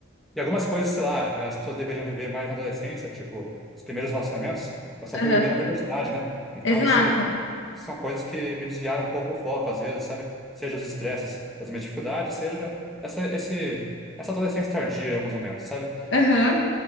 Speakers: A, in the centre; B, on the left.
A: E algumas coisas, sei lá, as pessoas deveriam viver mais na adolescência, tipo, os primeiros relacionamentos, eu só
B: Aham,
A: fui viver na universidade, né? Então,
B: Exato.
A: isso são coisas que me desviaram um pouco o foco, às vezes, sabe? Seja os estresses das minhas dificuldades, seja essa, esse, essa adolescência tardia em alguns momentos, sabe?
B: Aham.